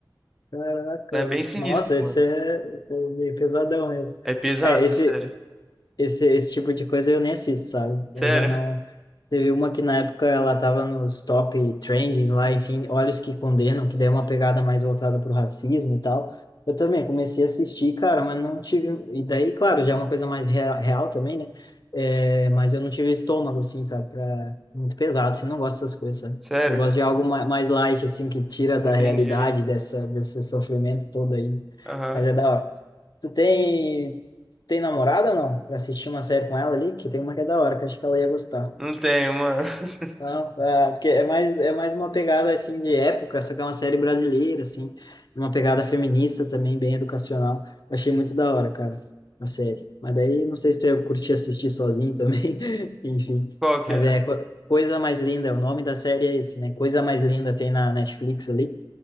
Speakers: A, on the left (about 55°); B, in the centre.
A: Caraca,
B: É bem sinistro,
A: nossa, esse
B: mano.
A: é é meio pesadão mesmo.
B: É pesado
A: É,
B: essa
A: esse,
B: série.
A: esse, esse tipo de coisa eu nem assisto, sabe?
B: Sério?
A: Eu já não. Teve uma que na época ela tava nos top trendings lá, enfim, Olhos que Condenam, que daí é uma pegada mais voltada pro racismo e tal. Eu também comecei a assistir, cara, mas não tive. E daí, claro, já é uma coisa mais real, real também, né? É, mas eu não tive estômago, assim, sabe? Pra... Muito pesado, assim, não gosto dessas coisas, sabe?
B: Sério?
A: Eu gosto de algo ma- mais light, assim, que tira da
B: Entendi.
A: realidade dessa, desse sofrimento todo aí.
B: Aham.
A: Mas é da hora. Tu tem. Tem namorada ou não? Pra assistir uma série com ela ali, que tem uma que é da hora, que eu acho que ela ia gostar.
B: Não tenho, mano. <laughs>
A: Não, ah, porque é mais, é mais uma pegada assim de época, só que é uma série brasileira, assim, uma pegada feminista também, bem educacional. Eu achei muito da hora, cara, a série. Mas daí não sei se tu ia curtir assistir sozinho também, <laughs> enfim.
B: Qual que
A: Mas
B: é?
A: é Co- Coisa Mais Linda, o nome da série é esse, né? Coisa Mais Linda tem na Netflix ali.